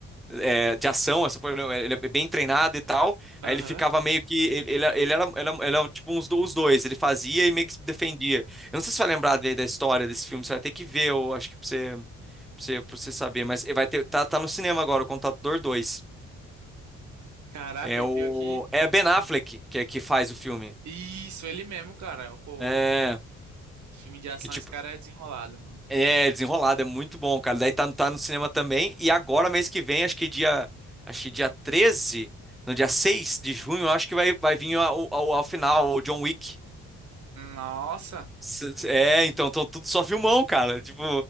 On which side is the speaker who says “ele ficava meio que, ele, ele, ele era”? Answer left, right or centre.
Centre